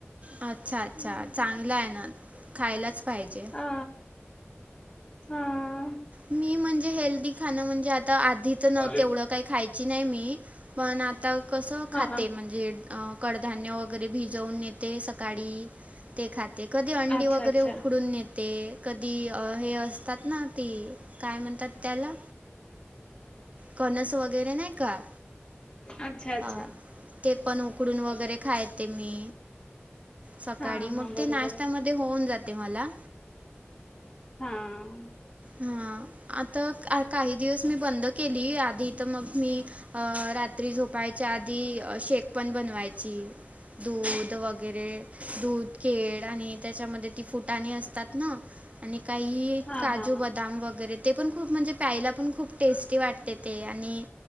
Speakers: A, on the right; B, on the left.
A: अच्छा! अच्छा! चांगला आहे ना खायलाच पाहिजे.
B: हा हा.
A: मी म्हणजे हेल्दी खाणं म्हणजे आता आधीच नव्हं
B: हा
A: तेवढं काही खायची नाही मी. पण आता कसं खाते
B: हा
A: म्हणजे. कडधान्य वगैरे भिजवून नेते सकाळी. ते खाते कधी अंडी
B: अच्छा
A: वगैरे
B: अच्छा.
A: उकडून नेते कधी हे असतात ना. ती काय म्हणतात? त्याला कनस वगैरे नाही. का?
B: अच्छा अच्छा
A: ह ते पण उकडून वगैरे खायेते मी. सकाळी
B: हा
A: मग
B: हा बरोबर
A: ते नाश्त्यामध्ये
B: आहे.
A: होऊन जाते मला.
B: हम्म.
A: हा आता काही दिवस मी बंद केली आधी इथं मग मी. अ रात्री झोपायच्या आधी शेक पण बनवायची दूध वगैरे. दूध, केळ आणि त्याच्यामध्ये ती फुटाणी असतात ना. आणि काही
B: हा
A: का?
B: हा हा.
A: बदाम वगैरे ते पण खूप म्हणजे प्यायला पण खूप टेस्टी! वाटते ते आणि.